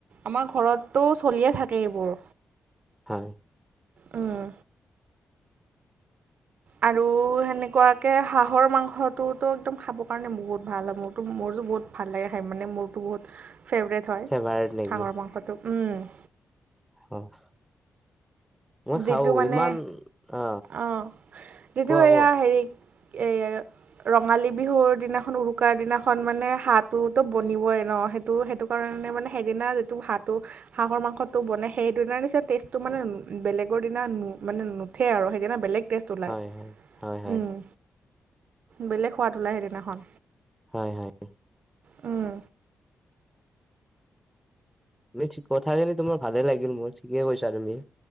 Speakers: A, on the right; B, in the centre.
A: আমাৰ ঘৰততো চলিয়ে থাকে এইবোৰ।
B: হয়।
A: উম। আৰু সেনেকুৱাকে হাঁহৰ মাংসটোতো একদম খাবৰ কাৰণে বহুত ভাল হয় মোৰতো মোৰতো বহুত ভাল লাগে খাই মানে মোৰতো বহুত ফেভৰেট হয়
B: ফেভাৰেট নেকি
A: হাঁহৰ মাংসটো, উম।
B: <unintelligible>
A: যিটো
B: খাও
A: মানে,
B: ইমান অ
A: অ', যিটো
B: কোৱা
A: এইয়া
B: কোৱা
A: হেৰি এইয়াঅ ৰঙালী বিহুৰ দিনাখন উৰুকাৰ দিনাখন মানে হাঁহটোতো বনিবই ন সেই তো সেইটো কাৰণে মানে সেইদিনা যিটো হাঁহ টো হাঁহৰ মাংসটো বনে সেইদিনাৰ নিচিনা টেষ্টটো মানে বেলেগৰ দিনা নু মানে নুঠে আৰু সেইদিনা বেলেগ টেষ্ট ওলায়
B: হয় হয় হয় হয়
A: উম বেলেগ সোৱাদ ওলায় সেইদিনাখন
B: হয় হয়
A: উম,
B: মিঠ কথাখিনি তোমাৰ ভালে লাগিল মোৰ, ঠিকে কৈছা তুমি